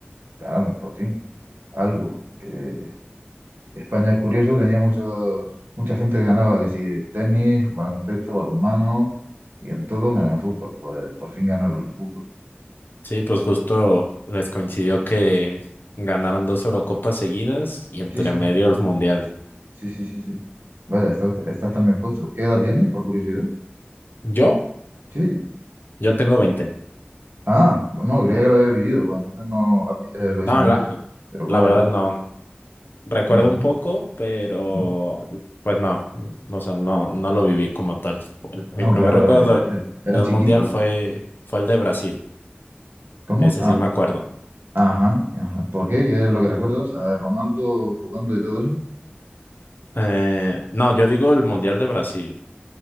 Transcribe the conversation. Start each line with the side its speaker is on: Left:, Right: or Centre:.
Right: ganaron por fin. Algo que España es curioso, tenía muchos, mucha gente que ganaba, que sí, en tenis, baloncesto, balonmano y en todo menos en fútbol. Pues por fin ganaron los de fútbol.
Left: Sí, pues justo les coincidió que ganaron dos Eurocopas seguidas y entre
Right: Sí, sí,
Left: medio el mundial.
Right: sí, sí, sí, sí, sí. Vaya, estás, estás también puesto. ¿Qué edad tienes, por curiosidad?
Left: Yo,
Right: Sí.
Left: yo tengo 20.
Right: Ah, no, creía que lo había vivido, pues entonces no, has el beso
Left: No,
Right: mundial.
Left: la,
Right: Pero vale,
Left: la verdad
Right: vale.
Left: no. Recuerdo
Right: No,
Left: un
Right: no,
Left: poco, pero
Right: no.
Left: pues no, o sea, no, no lo viví como tal. Mi
Right: No,
Left: primer
Right: claro,
Left: recuerdo
Right: era- era-
Left: de
Right: era- eras
Left: de un
Right: chiquito.
Left: mundial fue, fue el de Brasil.
Right: ¿Cómo?
Left: Ese
Right: Ah,
Left: sí me acuerdo.
Right: ajá, ajá. ¿Por qué? ¿Qué es lo que recuerdas? A Ronaldo jugando y todo eso.
Left: Eh, no, yo digo el Mundial de Brasil.